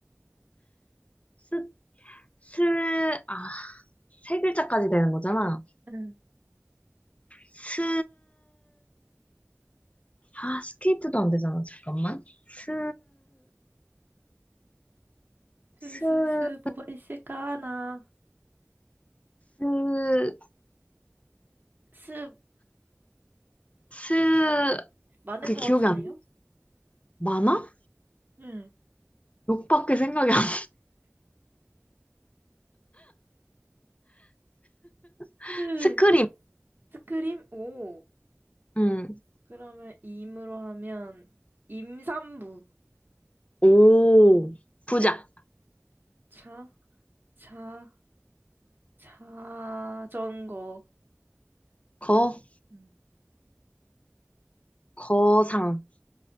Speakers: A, on the left; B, on the right.
A: 스, 스, 아, 세 글자까지 되는 거잖아.
B: 응.
A: 스, 아, 스케이트도 안 되잖아. 잠깐만. 스, 스,
B: 스스스 뭐가 있을까 하나
A: 스,
B: 스
A: 스,
B: 마, 많은
A: 그
B: 것
A: 기억이
B: 같은데요?
A: 안 나. 많아?
B: 응.
A: 욕밖에 생각이 안 나. <laughs>
B: 스
A: 스크림.
B: 스크림 오
A: 음.
B: 그러면 임으로 하면 임산부
A: 오. 부자.
B: 차 차 자전거
A: 거,
B: 음.
A: 거상.